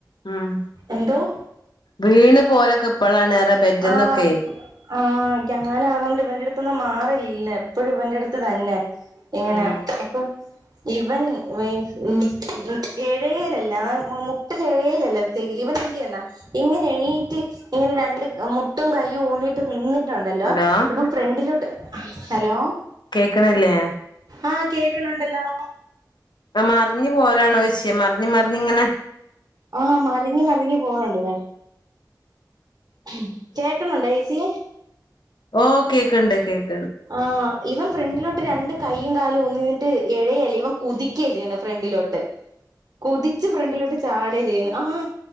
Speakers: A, on the left; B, on the right.
A: ഉം
B: എന്തോ?
A: വീണ് പോലൊക്കെ ഇപ്പളാണ് ഏറെ ബെഡ്ന്നൊക്കെ
B: ആഹ് ആഹ് ഞാനതോണ്ട് ഇവന്റെട്ത്ത്ന്ന് മാറലില്ലാ എപ്പഴും ഇവന്റെട്ത്ത് തന്നെ ഇങ്ങനെ
A: ഉം
B: അപ്പം ഇവൻ <unintelligible> എഴെയലല്ലാ അതാ മുട്ടിലെഴയലല്ലാ ഇവനെന്ത്‌ ചെയ്യുവെന്നാ ഇങ്ങനെ എണീറ്റ് ഇങ്ങനെ രണ്ട് മുട്ടും കൈയ്യും ഊന്നിട്ട് ട്ട് നിന്നിട്ടൊണ്ടല്ലോ
A: ഹലോ
B: ഇവൻ ഫ്രണ്ടിലോട്ട് ഹലോ
A: കേക്ക്ന്നില്ലേ
B: ആഹ് കേക്കണൊണ്ടല്ലോ
A: ആഹ് മറിഞ്ഞ് പോവലാണോ ചോയിച്ചെയാ മറിഞ്ഞ് മറിഞ്ഞ് ഇങ്ങനെ
B: ആഹ് മറിഞ്ഞ് മറിഞ്ഞ് പോ <unintelligible> ഉം കേക്ക്ന്നൊണ്ടോ ചേച്ചീ
A: ഓഹ് കേക്ക്ണ്ട് കേക്
B: ആഹ് ഇവൻ ഫ്രണ്ടിലോട്ട് രണ്ട് കൈയും കാലും ഊന്നി നിന്നിട്ട് എഴയെല്ലാ ഇവൻ കുതിക്കാ ചെയ്യ്ന്നെ ഫ്രണ്ടിലോട്ട് കുതിച്ച് ഫ്രണ്ടിലോട്ട് ചാടാ ചെയ്യുന്നെ ആഹ്